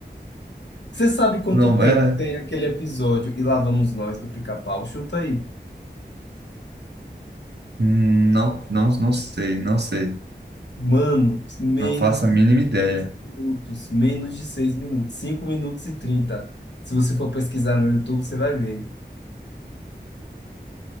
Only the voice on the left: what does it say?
Você sabe quanto
tempo
tem aquele episódio e lá vamos nós do Pica-Pau? Chuta aí.
Mano, menos
de
seis minutos. Menos de seis minutos. Cinco minutos e trinta. Se você for pesquisar no YouTube, você vai ver.